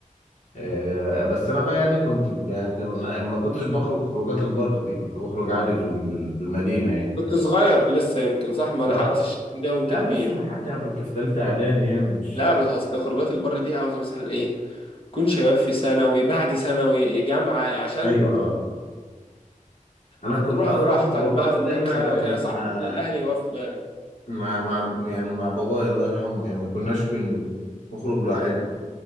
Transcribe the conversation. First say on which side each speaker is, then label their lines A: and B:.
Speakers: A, on the left; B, on the left.
A: آه بس انا بقى يعني كنت يعني كان- ما كنتش بخرج خروجات البر دي كنت بخرج عادي في الم- في المدينة يعني
B: كنت صغير لسه يمكن صح ما لحقتش
A: اه
B: ده وأنت
A: لا
B: كبير
A: بس لحقت انا كنت في تالتة اعدادي يعني مش
B: لا بس أصل خروجات البر دي عاوزة مثلا إيه تكون شباب في ثانوي بعد ثانوي إيه، جامعة عشان
A: ايوه اه انا
B: عشان
A: كنت
B: تروح
A: اصلا
B: براحتك
A: خروجاتي
B: بقى في
A: دايما
B: مكان خالي
A: كانت
B: وكده صعب
A: مع
B: إن الأهل يوافقوا يعني
A: مع مع يعني مع بابايا الله يرحمه يعني ما كناش بن- بنخرج لوحدنا